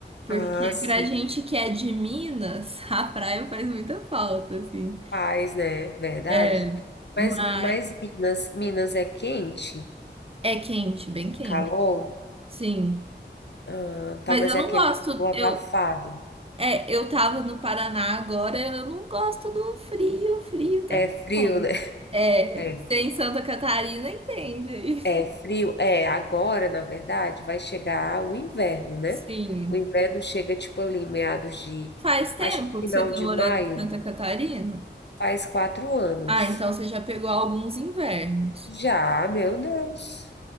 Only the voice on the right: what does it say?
porque
pra gente que é de Minas, <laughs> a praia faz muita falta, assim.
É, mas
é quente, bem quente.
Sim.
Mas
eu
não
gosto.
Eu,
É, eu tava no Paraná agora, eu não gosto do frio, frio também.
não.
É,
você em Santa Catarina entende aí.
Sim.
Faz tempo
que
você tá
morando
em Santa Catarina?
Ah, então você já pegou alguns invernos.